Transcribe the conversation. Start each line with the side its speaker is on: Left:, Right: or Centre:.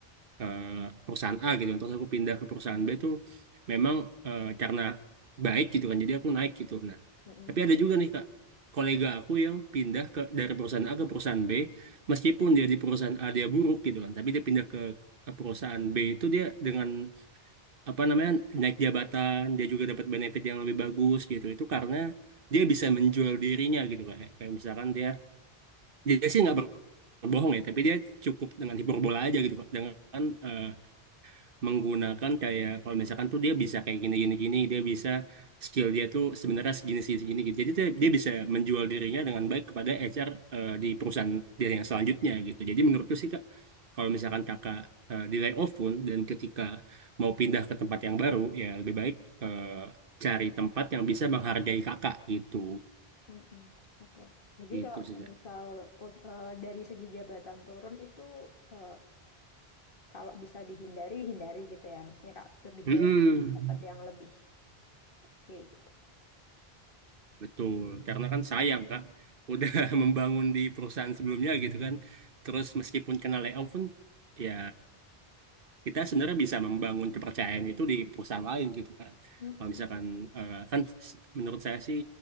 Right: eh, perusahaan A gitu. kan, Terus aku pindah ke perusahaan B tuh memang eh, karena baik gitu kan. Jadi aku naik gitu. Nah,
Left: mm-mm,
Right: tapi ada juga nih Kak kolega aku yang pindah ke dari perusahaan A ke perusahaan B meskipun dia di perusahaan A dia buruk gitu kan tapi dia pindah ke perusahaan B itu dia dengan apa namanya naik jabatan dia juga dapat benefit yang lebih bagus gitu itu karena dia bisa menjual dirinya gitu kayak kayak misalkan dia dia sih nggak berbohong ya tapi dia cukup dengan hiperbola aja gitu kok dengan eh, menggunakan kayak kalau misalkan tuh dia bisa kayak gini gini gini dia bisa skill dia tuh sebenarnya segini segini segini gitu jadi dia, dia bisa menjual dirinya dengan baik kepada HR eh, di perusahaan dia yang selanjutnya gitu jadi menurutku sih kak kalau misalkan kakak eh, di layoff pun dan ketika mau pindah ke tempat yang baru ya lebih baik eh, cari tempat yang bisa menghargai kakak gitu
Left: mm-mm. Oke, Jadi
Right: gitu
Left: kalau
Right: sih kak.
Left: misal pos- eh, dari segi jabatan turun itu eh, kalau bisa dihindari hindari gitu ya maksudnya kak lebih
Right: Mm-mm.
Left: baik dapat yang lebih oke gitu
Right: Betul, karena kan sayang Kak, udah <laughs> membangun di perusahaan sebelumnya gitu kan. Terus meskipun kena layoff pun ya kita sebenarnya bisa membangun kepercayaan itu di perusahaan lain gitu kan.
Left: Mm-mm.
Right: Kalau misalkan eh, kan s- menurut saya sih